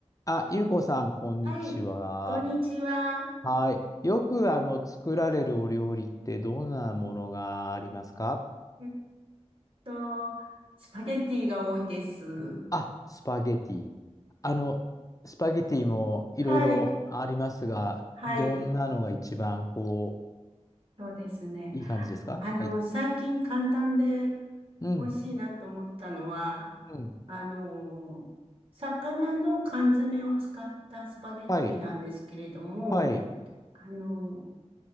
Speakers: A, on the left; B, on the right.
A: あ、ゆうこさん、こんにちは。
B: はい、こんにちは。
A: はい。よく、あの、作られるお料理ってどんなものがありますか
B: えっと、スパゲティが多いです。
A: あ、スパゲティ。あの、スパゲティもいろいろありますが、
B: はい、はい、
A: どんなのが一番、こ
B: そうですね。
A: う、いい感じですかはい。
B: あの、最近簡単で
A: うん。
B: 美味しいなと思ったのは、
A: うん。
B: あの、魚の缶詰を使ったスパゲティなんですけれども、
A: はい。はい。
B: あの、